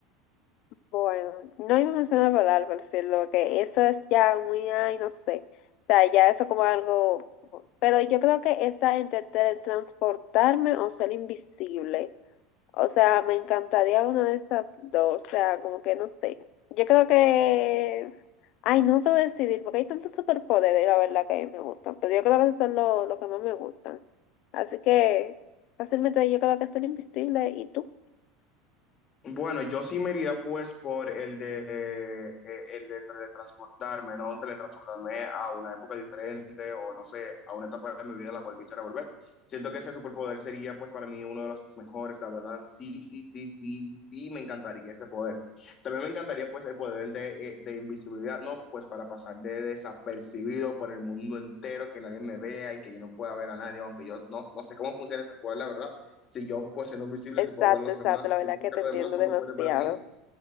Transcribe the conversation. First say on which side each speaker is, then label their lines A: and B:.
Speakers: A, on the left; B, on the left.
A: Bueno, no iba a mencionar volar, por decirlo, que eso es ya muy, ay, no sé. O sea, ya eso como algo. Pero yo creo que está entre teletransportarme o ser invisible. O sea, me encantaría una de esas dos. O sea, como que no sé. Yo creo que... Ay, no sé decidir, porque hay tantos superpoderes, la verdad, que me gustan. Pero yo creo que esos son los lo que más me gustan. Así que fácilmente yo creo que soy invisible. ¿Y tú?
B: Bueno, yo sí me iría pues por el de, eh, el de teletransportarme, ¿no? Teletransportarme a una época diferente o no sé, a una etapa de mi vida a la cual quisiera volver. Siento que ese superpoder sería pues para mí uno de los mejores, la verdad. Sí, sí, sí, sí, sí, me encantaría ese poder. También me encantaría pues el poder de, eh, de invisibilidad, ¿no? Pues para pasar de desapercibido por el mundo entero, que nadie me vea y que yo no pueda ver a nadie, aunque yo no, no sé cómo funciona ese poder, la verdad si yo pues siendo invisible,
A: Exacto,
B: si puedo ver a los
A: exacto.
B: demás,
A: La
B: yo
A: verdad
B: sé
A: que
B: que
A: te
B: los
A: entiendo
B: demás no
A: demasiado.
B: me pueden ver a mí,